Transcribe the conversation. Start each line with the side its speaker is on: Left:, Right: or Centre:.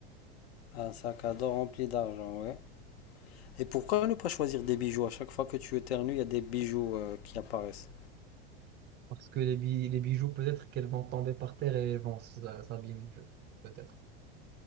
Left: Un sac à dos rempli d'argent, ouais. Et pourquoi ne pas choisir des bijoux? À chaque fois que tu éternues, il y a des bijoux euh, qui apparaissent.
Right: Parce que les, bi- les bijoux, peut-être qu'elles vont tomber par terre et elles vont s- s'abîmer, je- peut-être.